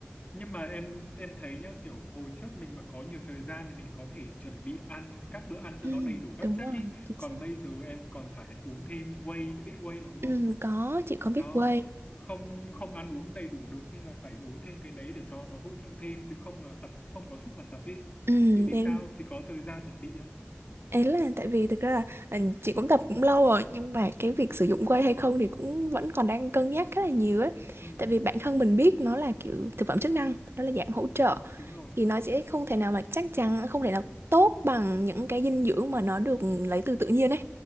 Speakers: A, on the left; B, on the right.
A: nhưng mà em em thấy nhá kiểu hồi trước mình mà có nhiều thời gian thì mình có thể chuẩn bị ăn các bữa ăn cho
B: ừ,
A: nó đầy đủ các
B: đúng
A: chất
B: rồi
A: ý
B: chính
A: còn
B: xác
A: bây giờ em còn phải uống thêm whey chứ biết whey mà đúng
B: ừ,
A: không
B: có chị có biết
A: đó
B: quay
A: không không ăn uống đầy đủ được nên là phải uống thêm cái đấy để cho nó hỗ trợ thêm chứ không là tập không có sức mà tập ý
B: ừ,
A: chị thì
B: nên
A: sao chị có thời gian chuẩn bị không
B: Ấy là tại vì thực ra là ờ, chị cũng tập cũng lâu rồi nhưng mà cái việc
A: ừ,
B: sử dụng whey hay không thì cũng vẫn còn đang cân nhắc khá là nhiều ấy.
A: ừ,
B: Tại vì bản thân mình biết nó là kiểu thực phẩm chức năng, nó là dạng hỗ trợ
A: đúng rồi
B: thì nó sẽ không thể nào mà chắc chắn không thể nào tốt bằng những cái dinh dưỡng mà nó được lấy từ tự nhiên ấy.